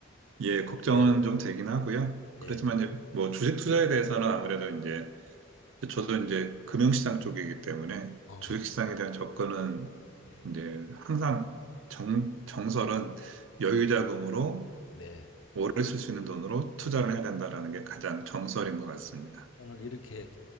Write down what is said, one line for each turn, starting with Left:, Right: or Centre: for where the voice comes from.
Right: 예, 걱정은
Left: 예,
Right: 좀 되긴 하고요. 그렇지만
Left: 예,
Right: 이제 뭐 주식 투자에 대해서는 아무래도 이제 저도 이제 금융시장 쪽이기 때문에
Left: 어,
Right: 주식시장에 대한 접근은
Left: 예,
Right: 이제 항상 정, 정설은 여유자금으로
Left: 네.
Right: 오래 쓸 수 있는 돈으로 투자를 해야 된다라는 게 가장 정설인 것 같습니다.
Left: 오늘 이렇게